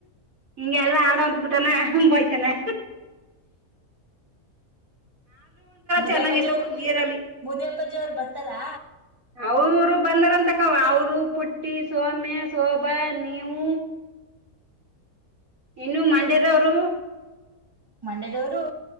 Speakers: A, on the right; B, on the right.
A: ಇಂಗ ಎಲ್ಲಾ ಆಡಕ್ಕ ಬಿಟನ ಬಯತನೆೆ
B: ಮುದಿಯಪ್ಪಾಜಿಯವರು
A: ಚೆನ್ನಾಗಿತ್ತು ನೀರಲ್ಲಿ
B: ಮುದಿಯಪ್ಪಾಜವರು ಬರ್ತಲ್ಲಾ
A: ಅವರು ಬಂದಾರ ಅಂತಕ್ಕ ಅವರು ಪುಟ್ಟಿ ಸೋಮೆ ಶೋಭ ನೀವು ಇನ್ನು ಮಂಡೇದವರು
B: ಮಂಡ್ಯದವರು